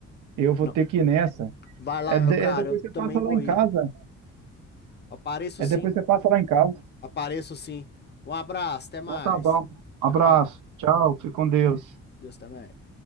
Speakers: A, on the right; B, on the left.
A: Eu vou
B: Não,
A: ter que ir nessa.
B: vai lá,
A: É,
B: meu
A: de- é
B: cara,
A: depois
B: eu também
A: você passa lá
B: vou
A: em
B: ir.
A: casa.
B: Apareço
A: É
B: sim,
A: depois você
B: a-
A: passa lá em casa.
B: apareço sim. Um abraço, até mais.
A: Então tá bom.
B: Tchau,
A: Abraço.
B: tchau.
A: Tchau. Fique com Deus.
B: Deus também.